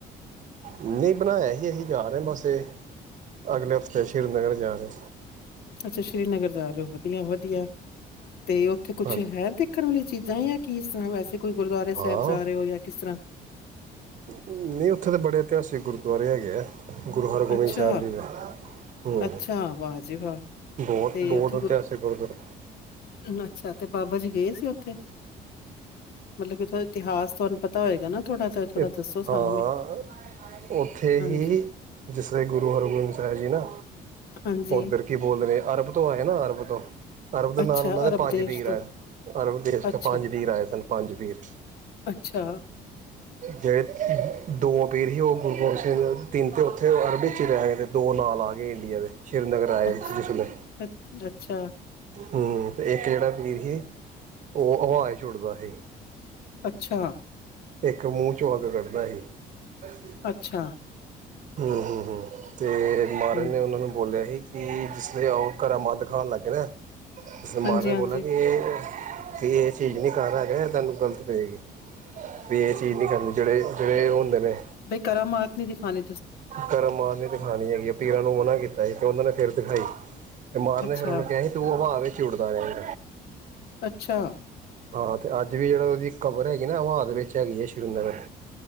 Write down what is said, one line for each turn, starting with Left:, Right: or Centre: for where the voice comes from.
Right: ਨਹੀਂ ਬਣਾਇਆ ਹੀ ਅਸੀਂ ਜਾ ਰਹੇ ਹ ਬਸ ਇਹ ਅਗਲੇ ਹਫ਼ਤੇ ਸ੍ਰੀਨਗਰ ਜਾ ਰਹੇ
Left: ਅੱਛਾ ਸ੍ਰੀਨਗਰ ਜਾ ਰਹੇ ਹੋ ਵਧੀਆ ਵਧੀਆ ਤੇ ਉੱਥੇ ਕੁਛ
Right: ਹਾਂਜੀ
Left: ਹੈ ਦੇਖਣ ਵਾਲੀ ਚੀਜ਼ ਨੀ ਆ ਕੀ ਇਸ ਤਰ੍ਹਾਂ ਵੈਸੇ ਕੋਈ ਗੁਰਦੁਆਰੇ
Right: ਹਾਂ
Left: ਸਾਹਿਬ ਜਾ ਰਹੇ ਹੋ ਜਾਂ ਕਿਸ ਤਰ੍ਹਾਂ
Right: ਨਹੀਂ ਉੱਥੇ ਦੇ ਬੜੇ ਇਤਿਹਾਸਿਕ ਗੁਰਦੁਆਰੇ ਹੈਗੇ ਆ ਗੁਰੂ ਹਰਗੋਬਿੰਦ
Left: ਅੱਛਾ,
Right: ਸਾਹਿਬ ਜੀ ਦੇ ਹੂੰ।
Left: ਅੱਛਾ ਵਾਹ ਜੀ ਵਾਹ
Right: ਬਹੁਤ
Left: ਤੇ
Right: ਬਹੁਤ
Left: ਉੱਥੇ ਗੁਰੂ
Right: ਇਤਿਹਾਸਿਕ ਗੁਰਦੁਆਰੇ।
Left: ਅੱਛਾ ਤੇ ਬਾਬਾ ਜੀ ਗਏ ਸੀ ਉੱਥੇ। ਮਤਲਬ ਕਿ ਉੱਥੋਂ ਇਤਿਹਾਸ ਤੁਹਾਨੂੰ ਪਤਾ ਹੋਏਗਾ ਨਾ ਥੋੜਾ। ਤਾਂ ਥੋੜਾ
Right: ਤੇ
Left: ਦੱਸੋ ਸਾਨੂੰ
Right: ਹਾਂ
Left: ਵੀ?
Right: ਹਾਂ ਉੱਥੇ
Left: ਹਾਂਜੀ,
Right: ਹੀ ਜਿਸ ਨੇ ਗੁਰੂ ਹਰਗੋਬਿੰਦ ਸਾਹਿਬ ਜੀ ਨਾ
Left: ਹਾਂਜੀ
Right: ਉੱਧਰ ਕੀ ਬੋਲ ਰਹੇ ਏ ਅਰਬ ਤੋਂ ਆਏ ਨਾ ਅਰਬ ਤੋਂ। ਅਰਬ ਦੇ
Left: ਅੱਛਾ
Right: ਨਾਲ ਉਹਨਾਂ ਦੇ
Left: ਅਰਬ
Right: ਪੰਜ
Left: ਦੇਸ਼
Right: ਵੀਰ
Left: ਤੋਂ
Right: ਆਏ ਅਰਬ ਦੇਸ਼
Left: ਅੱਛਾ,
Right: ਤੋਂ ਪੰਜ ਵੀਰ ਆਏ ਸਨ ਪੰਜ ਵੀਰ।
Left: ਅੱਛਾ।
Right: ਜੇਤ ਸੀ ਦੋ ਪੀਰ ਸੀ ਉਹ ਗੁਰੂ ਗੋਬਿੰਦ ਸਿੰਘ ਦੇ ਤਿਨ ਤੇ ਉੱਥੇ ਅਰਬੀ 'ਚ ਹੀ ਰਹਿ ਗਏ ਅਤੇ ਦੋ ਨਾਂਲ ਆ ਗਏ ਇੰਡੀਆ ਦੇ। ਸ੍ਰੀਨਗਰ ਆਏ
Left: ਅੱਛ
Right: ਸਿੱਧੇ
Left: ਅ ਅੱਛਾ,
Right: ਹੂੰ ਤੇ ਇੱਕ ਕਿਹੜਾ ਵੀਰ ਸੀ। ਉਹ ਹਵਾ ਚ ਉੁੱੜਦਾ ਸੀ।
Left: ਅੱਛਾ।
Right: ਇੱਕ ਮੂੰਹ ਚੋਂ ਅੱਗ ਕੱਢਦਾ ਸੀ। ਬਸਸ।
Left: ਅੱਛਾ
Right: ਹੂੰ ਹੂੰ ਹੂੰ। ਤੇ ਮਹਾਰਜ
Left: ਹੂੰ
Right: ਨੇ ਉਹਨਾਂ ਨੂੰ ਬੋਲਿਆ ਸੀ। ਕਿ ਜਿਸਦੇ ਉਹ ਕਰਾ ਮਾਤ ਦਿਖਾਣ ਲਾਗੇ ਨਾ। ਇਸ
Left: ਹਾਂਜੀ-ਹਾਂਜੀ
Right: ਮਾ ਨੇ ਬੋਲਾ ਕੇ ਇਹ। ਵੀ ਇਹ ਚੀਜ਼ ਨੀ ਘਰ ਆਗੇ ਤੈਨੂੰ ਗ਼ਲਤ ਪਏਗੀ। ਵੀ ਇਹ ਚੀਜ਼ ਨਹੀਂ ਕਰਨੀ ਜਿਹੜੇ। ਜਿਹੜੇ ਉਹ ਹੁੰਦੇ ਨੇ।
Left: ਬਾਈ ਕਰਾਮਾਤ ਨਹੀਂ ਦਿਖਾਉਣੀ।
Right: ਕਰਾਮਾਤ ਨੀ ਦਿਖਾਉਣੀ ਹੈਗੀ ਆ ਪੀਰਾਂ ਨੂੰ ਮਨਾਂ ਕੀਤਾ ਸੀ ਤੇ ਉਹਨਾਂ ਨੇ ਫੇਰ ਦਿਖਾਈ ਤੇ ਮਾਰ
Left: ਅੱਛਾ,
Right: ਨੇ ਫਿਰ ਉਹਨੂੰ ਕਿਹਾ ਸੀ ਤੂੰ ਭਾਵੇਂ ਵਿਚ ਉੱਡਦਾ ਜਾਈਂ।
Left: ਅੱਛਾ,
Right: ਹਾਂ ਤੇ ਅੱਜ ਵੀ ਜਿਹੜਾ ਉਹਦੀ ਕਬਰ ਹੈਗੀ ਨਾ ਉਹ ਆਦ ਵਿੱਚ ਹੈਗੀ ਹੈ ਸ਼੍ਰੀਨਗਰ।